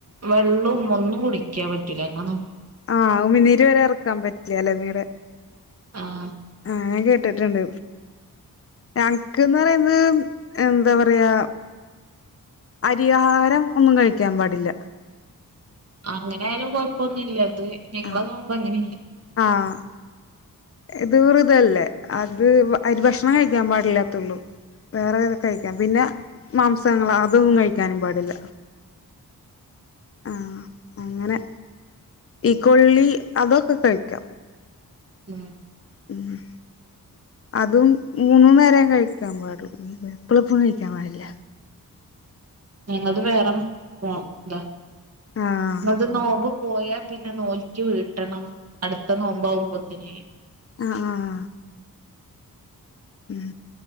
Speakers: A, on the right; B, on the left.
A: വെള്ളവും ഒന്നും കുടിക്കാ പറ്റൂലാ ഞങ്ങ
B: ആഹ് ഉമിനിരുവരെ ഇറക്കാൻ പറ്റില്ല അല്ലേ നിങ്ങടെ
A: ആഹ്
B: ഞാനുംകേട്ടിട്ടുണ്ട് ഞങ്ങൾക്ക്ന്ന് പറയുന്നത് എന്താ പറയാ അരി ആഹാരം ഒന്നും കഴിക്കാൻ പാടില്ല
A: അങ്ങനെ ആയാലും കൊഴപ്പൊന്നുല്ല അത് നിങ്ങളെ
B: ആഹ്
A: നോമ്പോ അങ്ങനെല്ല
B: ആഹ് ഇത് വ്രതല്ലേ അത് അരി ഭക്ഷ ഭക്ഷണം കഴിക്കാൻ പാടില്ലാത്തുള്ളു വേറെ ഇതൊക്കെ കഴിക്കാം പിന്നെ മാംസങ്ങൾ അതൊന്നും കഴിക്കാനും പാടില്ല ആഹ് അങ്ങനെ ഈ കൊള്ളി അതൊക്കെ കഴിക്കാം
A: ഉം
B: ഉം അതും മൂന്നു നേരം കഴിക്കാൻ പാടു എപ്പളപ്പളും കഴിക്കാൻ പാടില്ല
A: ഞങ്ങത് വേറെ മോ ഇതാ
B: ആഹ്
A: ഞങ്ങൾത്‌ നോമ്പു പോയാ പിന്നെ നോറ്റ് വീട്ടണം അടുത്ത നോമ്പാവുമ്പത്തിന്
B: ആഹ് ആഹ് ഉം